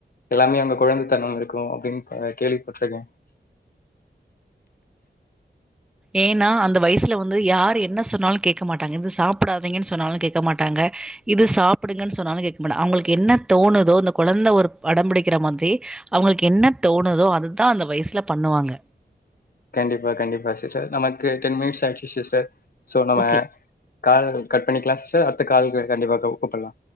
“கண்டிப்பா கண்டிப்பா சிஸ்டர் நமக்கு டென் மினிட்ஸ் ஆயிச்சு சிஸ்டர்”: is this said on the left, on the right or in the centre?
Left